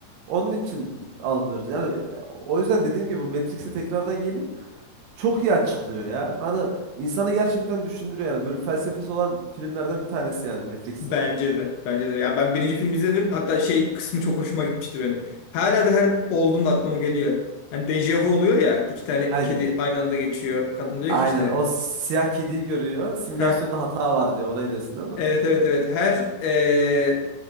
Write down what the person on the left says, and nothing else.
Bence de. Bence de. Ya ben birinci film izledim. Hatta şey kısmı çok hoşuma gitmişti benim. Hala da her olduğunda aklıma geliyor. Hani dejavu oluyor ya. iki tane
kedi aynı anda geçiyor. Kadın diyor
ki işte
Heh,
evet evet evet. Her eee